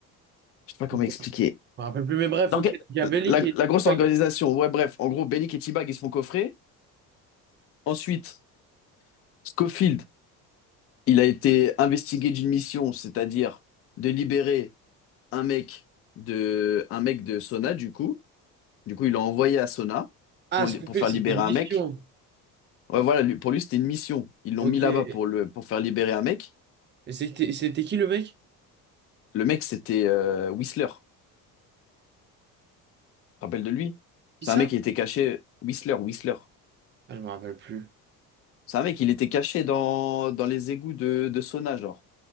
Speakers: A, on the left; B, on the right.
A: je sais pas comment
B: Ok.
A: expliquer.
B: Je me rappelle plus, mais bref,
A: L'orga-
B: ok. Il y a Bellic
A: La,
B: et
A: la grosse
B: Tupac.
A: organisation, ouais bref, en gros Bellic et T-Bag ils se font coffrer. Ensuite, Scofield Il a été investigué d'une mission, c'est-à-dire de libérer un mec de, un mec de Sona, du coup. Du coup, ils l'ont envoyé à Sona
B: Ah,
A: pour,
B: Scofield,
A: li- pour faire
B: c'était
A: libérer
B: une
A: un
B: mission.
A: mec. Ouais, voilà, lui- pour lui, c'était une mission. Ils l'ont
B: Ok.
A: mis là-bas
B: Et
A: pour le, pour faire libérer un mec.
B: c'était c'était qui le mec?
A: Le mec, c'était euh, Whistler. Tu te rappelles de lui?
B: Qui
A: C'est
B: ça?
A: un mec qui était caché. Whistler, Whistler.
B: Ah, je me rappelle plus.
A: C'est un mec, il était caché dans, dans les égouts de, de Sona, genre.